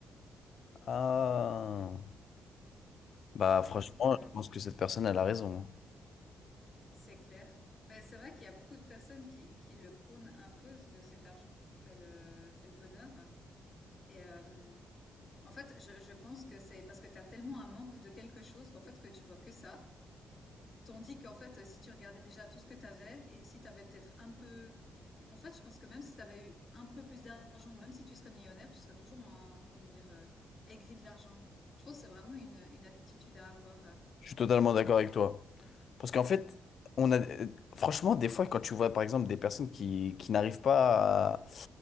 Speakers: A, on the left; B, on the left.
A: Ah. Bah, franchement,
B: Donc, euh,
A: je pense que cette personne, elle a raison. hein.
B: c'est clair. Mais c'est vrai qu'il y a beaucoup de personnes qui, qui le prônent un peu de cet argent fait le, fait le bonheur. Et euh, en fait, je, je pense que c'est parce que tu as tellement un manque de quelque chose qu'en fait, que tu vois que ça. Tandis qu'en fait, heu, si tu regardais déjà tout ce que tu avais et si tu avais peut-être un peu mmh, en fait, je pense que même si tu avais eu un peu plus d'argent, même si tu serais millionnaire, tu serais toujours en comment dire? Heu, aigri de l'argent. Je pense que c'est vraiment une, une attitude à avoir, heu.
A: Je suis totalement d'accord avec toi. Parce qu'en fait, on a. euh, Franchement, des fois, quand tu vois, par exemple, des personnes qui, qui n'arrivent pas à-